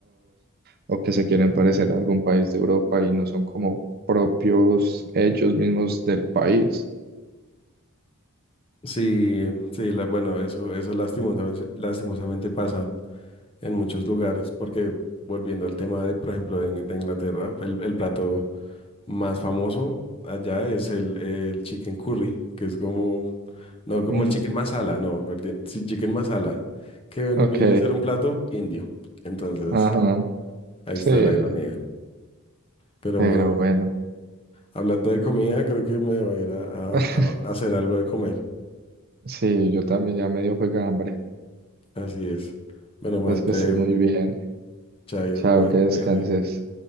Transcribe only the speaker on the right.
o que se quieren parecer a algún país de Europa y no son como propios ellos mismos del país?
Mm,
ok,
ajá,
sí,
pero
bueno.
<laughs>
Sí, yo también ya medio fue hambre.
Entonces
que estés
muy bien.
Chao,
que descanses.